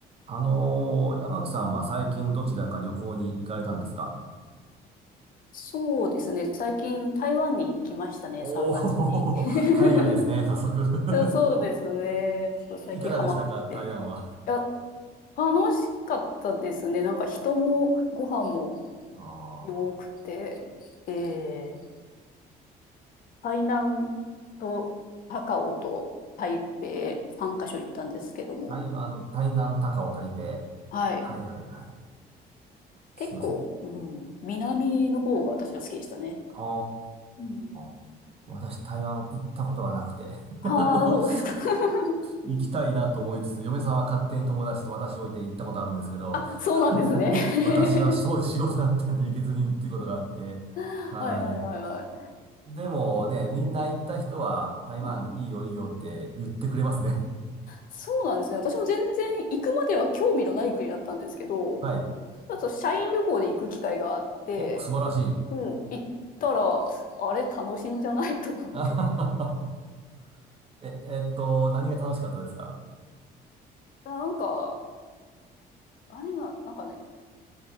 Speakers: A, on the right; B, on the left.
A: あのー山木さんは最近どちらか旅行に行かれたんですか
B: そうですね。最近台湾に行きましたね、
A: おおー、
B: 3月に。<laughs>
A: <laughs> 海外ですね、早速 <laughs>
B: そうですね。ちょっと最近ハマって。
A: いかがでしたか、台湾は。
B: いや、楽しかったですね。なんか人もご飯も
A: ああ
B: 良くて、えー、台南と高雄と台北3カ所行ったんですけども、
A: 台湾、台南、高雄、台北。
B: はい。
A: はいはいはい。すいません。
B: 結構、うん、南の方が私は好きでしたね。
A: あ
B: うん。
A: あ私台湾行ったことがなくて <laughs>
B: ああ、
A: あの
B: そうですか。<laughs>
A: 行きたいなと思いつつ、嫁さんは勝手に友達と私を置いて行ったことあるんですけど、
B: あ、そうなんですね。
A: <laughs>
B: <laughs>
A: 私はそう仕事だったんで行けずにっていうことがあって、
B: はいはいはいはい。
A: はい。でもね、みんな行った人は台湾いいよいいよって言ってくれますね。
B: うんそうなんですね。私も全然行くまでは興味のない国だったんですけど、
A: <laughs> はい。
B: ちょっと社員旅行で行く機会があって、
A: お、素晴らしい。<laughs>
B: もう行ったら、あれ楽しいんじゃないと思って。
A: あはははえ、えっと、何が楽しかったですか
B: <laughs> なんか、何が、なんかね、